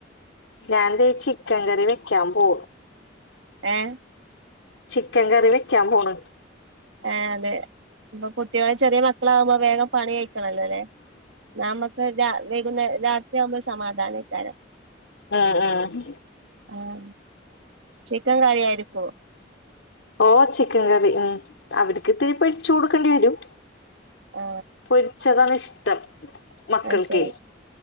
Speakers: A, on the left; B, on the right.
A: ഞാൻ ദേ ചിക്കൻ കറി വെക്കാൻ പോ
B: എഹ്
A: ചിക്കൻ കറി വെക്കാൻ പോണ്
B: എഹ് അതെ ഇപ്പൊ കുട്ടികള് ചെറിയ മക്കളാവുമ്പോ വേഗം പണി കയ ിക്കണല്ലോല്ലേ ന്നാ നമക്ക് രാ വൈകുന്ന രാത്രിയാവുമ്പോ സമാധാനെക്കാരം
A: അ ആഹ്
B: ആഹ് ചിക്കൻ കറി ആയിരിക്കോ
A: ഓഹ് ചിക്കൻ കറി ഉം അവര്ക്കിത്തിരി പൊരിച്ചു കൊടുക്കേണ്ടി വരും
B: ഓ
A: പൊരിച്ചതാണ് ഇഷ്ടം മക്കൾക്കെ
B: അഹ് ശരി